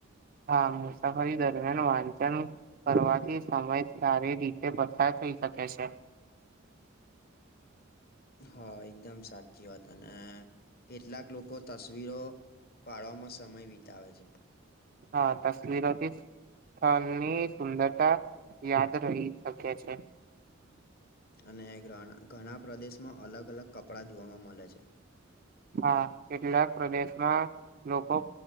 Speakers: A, on the right; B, on the left.
A: હા મુસાફરી દરમિયાન વાંચન કરવાથી સમય સારી રીતે બાય થઈ શકે છે
B: હા એકદમ સાચી વાત અને કેટલાક લોકો તસવીરો પાડવામાં સમય વિતાવે છે
A: હા તસવીરોથી સ્થળની સુંદરતા યાદ રહી શખ્યા છે
B: અને ઘણા પ્રદેશમાં અલગ અલગ કપડાં ધવાવામાં મળે છે
A: હા કેટલાક પ્રદેશમાં લોકો